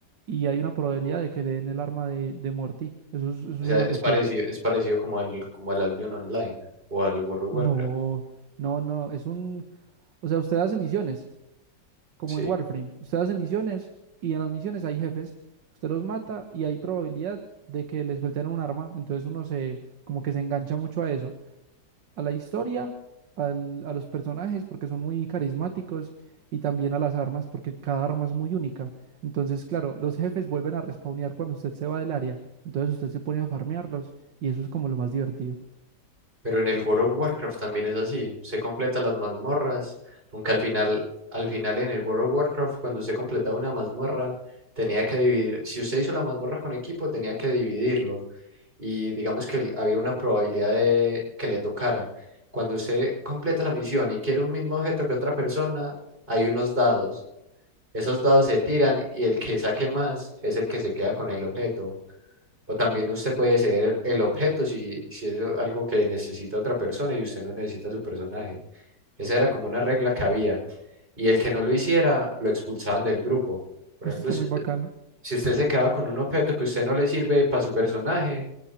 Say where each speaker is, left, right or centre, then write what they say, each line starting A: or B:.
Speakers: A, on the right; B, on the right.
A: y hay una probabilidad
B: O
A: de que le den el arma de, de Morty. Eso es, eso es
B: sea,
A: una
B: es
A: locura.
B: parecido, es parecido como al, como al Albion Online o al World of
A: No,
B: Warcraft.
A: no, no, es un... O sea, usted hace misiones, como
B: Sí.
A: en Warframe. Usted hace misiones y en las misiones hay jefes. Usted los mata y hay probabilidad de que les suelten un arma. Entonces uno se, como que se engancha mucho a eso. a la historia, al- a los personajes porque son muy carismáticos y también a las armas porque cada arma es muy única. Entonces, claro, los jefes vuelven a respawnear cuando usted se va del área. Entonces usted se pone a farmearlos y eso es como lo más divertido. <laughs>
B: Pero en el World of Warcraft también es así. Se completa las mazmorras, aunque al final, al final en el World of Warcraft, cuando usted completaba una mazmorra, tenía que dividir. Si usted hizo la mazmorra con equipo, tenía que dividirlo. Y digamos que el- había una probabilidad de que le tocara. Cuando usted completa la misión y quiere un mismo objeto que otra persona, hay unos dados. Esos dados se tiran y el que saque más es el que se queda con el objeto. O también usted puede ser el, el objeto si, si es algo que necesita otra persona y usted no necesita su personaje. Esa era como una regla que había. Y el que no lo hiciera, lo expulsaban del grupo. Por
A: Eso
B: ejemplo,
A: está
B: si,
A: muy bacano,
B: si usted se quedaba con un objeto que usted no le sirve para su personaje,